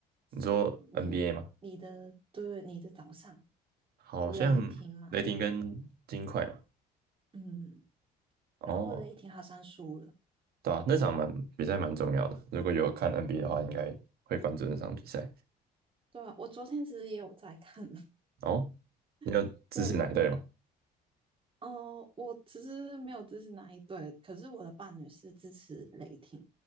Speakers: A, on the right (about 30°); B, on the right (about 65°).
A: 是你你的对你的早上
B: 你说 NBA 吗？好像雷霆跟金块嘛。
A: 雷霆嘛，嗯，
B: 哦，
A: 然后雷霆好像输了，
B: 对啊，那场蛮比赛蛮重要的。如果有看 NBA 的话，应该会关注那场比赛。
A: 对啊，我昨天其实也有在看，
B: 哦，你有支持哪一队吗？
A: <laughs> 对，哦、我其实没有支持哪一队，可是我的伴侣是支持雷霆，